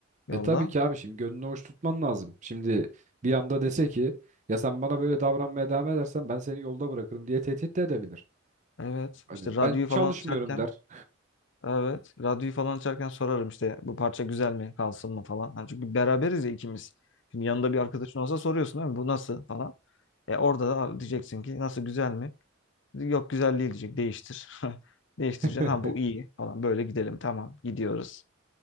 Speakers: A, on the left; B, on the right.
A: Yolda.
B: E tabii ki abi şimdi gönlünü hoş tutman lazım. Şimdi bir anda dese ki ya sen bana böyle davranmaya devam edersen ben seni yolda bırakırım diye tehdit de edebilir.
A: Evet.
B: Hani
A: İşte radyoyu
B: ben
A: falan
B: çalışmıyorum
A: açarken
B: der.
A: Evet. Radyoyu falan açarken sorarım işte bu parça güzel mi kalsın mı falan. Hani çünkü beraberiz ya ikimiz. Şimdi yanında bir arkadaşın olsa soruyorsun değil mi? Bu nasıl falan. E orada da diyeceksin ki nasıl güzel mi? Yok güzel değil diyecek değiştir. <laughs> Değiştireceksin
B: <laughs>
A: ha bu iyi falan böyle gidelim tamam gidiyoruz.